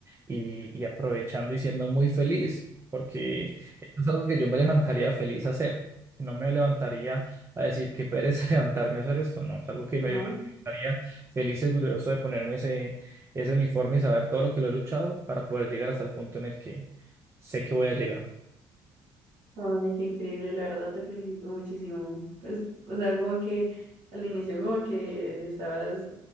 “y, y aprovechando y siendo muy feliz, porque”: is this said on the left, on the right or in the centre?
Right